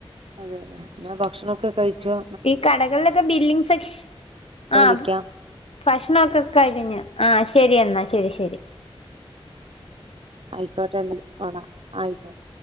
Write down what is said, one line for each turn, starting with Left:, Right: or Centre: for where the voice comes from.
Right: അതേലെ എന്നാ ഭക്ഷണൊക്കെ കഴിച്ചോ?
Left: ഈ കടകൾലൊക്കെ ബില്ലിങ്സെക്ഷ്
Right: നാളെ
Left: ആഹ്
Right: വിളിക്കാം
Left: അത് ഫക്ഷ്ണൊക്കെ കഴ്ഞ്ഞ് ആഹ് ശരിയന്നാ ശരി ശരി
Right: അയിക്കോട്ടെന്ന <unintelligible> അയിക്കോട്ടെ